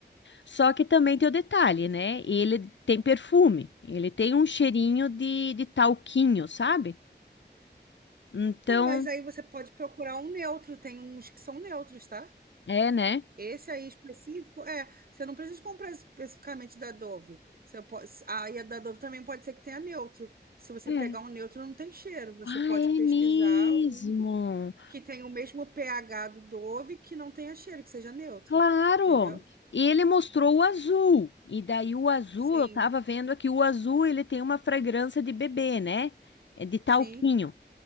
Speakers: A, on the left (about 80°); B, on the right (about 55°).
A: só que também tem o detalhe, né? Ele tem perfume, ele tem um cheirinho de, de talquinho, sabe? Então,
B: tem, mas aí você pode procurar um neutro, tem uns que são neutros, tá?
A: é, né?
B: Esse aí específico, é, você não precisa comprar especificamente da Dove. Você pode, aí a da Dove também pode ser que tenha neutro. Se você
A: É.
B: pegar um neutro, não tem cheiro. Você
A: Ah,
B: pode
A: é
B: pesquisar
A: mesmo.
B: um que tenha o mesmo pH do Dove, que não tenha cheiro, que seja neutro,
A: Claro.
B: entendeu?
A: E ele mostrou o azul. E daí o azul,
B: Sim,
A: eu tava vendo aqui, o azul ele tem uma fragrância de bebê, né? É de talquinho.
B: sim.